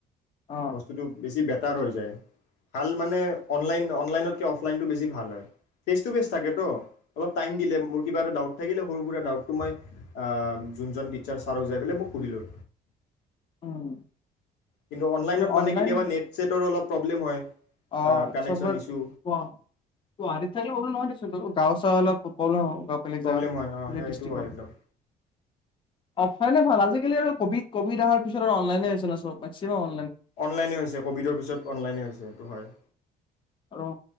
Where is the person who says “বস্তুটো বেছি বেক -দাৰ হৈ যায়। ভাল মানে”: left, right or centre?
Left